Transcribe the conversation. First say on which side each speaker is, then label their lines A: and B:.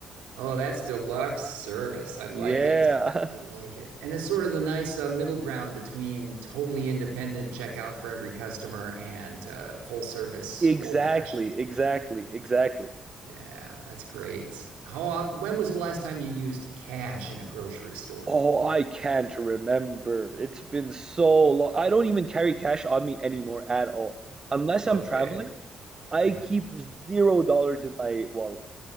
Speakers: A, on the right; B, on the right.
A: Oh, that's deluxe service. I like
B: Yeah.
A: it. I
B: <laughs>
A: like it. And it's sort of the nice uh, middle ground between totally independent checkout for every customer and uh, full service
B: Exactly,
A: old fashioned.
B: exactly, exactly.
A: Yeah, that's great. How often, when was the last time you used cash in a grocery store?
B: Oh, I can't remember. It's been so long. I don't even carry cash on me anymore at all. Unless
A: Okay.
B: I'm traveling, I
A: Yeah.
B: keep zero dollars in my wallet.